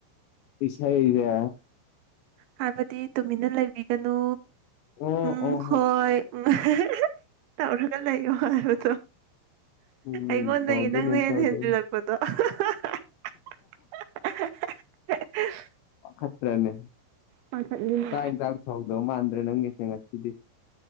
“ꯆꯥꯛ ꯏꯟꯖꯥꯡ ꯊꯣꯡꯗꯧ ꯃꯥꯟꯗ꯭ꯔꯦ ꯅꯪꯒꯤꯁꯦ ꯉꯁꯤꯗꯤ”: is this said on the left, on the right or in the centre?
Left